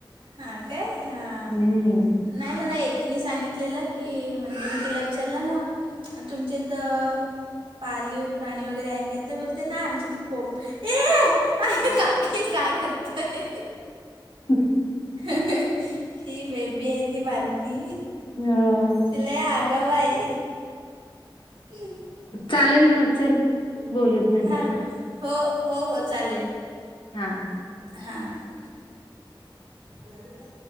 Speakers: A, on the right; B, on the left.
A: हा काय हा
B: हम्म.
A: नाही मला एकीने सांगितलेलं की म्हणजे मी तिला विचारला ना तुमचे तर पालीव प्राणी वगैरे आहे काय तर बोलते नाही आमच्यात तर पोप ए काकी काय करतेय.
B: ह
A: ही बेबी आहे ती बारकी
B: हम्म
A: ती लई आघाव आहे. <unintelligible>
B: चालेल मग चल बोलूत नंतर
A: हां हो हो हो चालेल.
B: हा
A: हा हा झाल‌ ना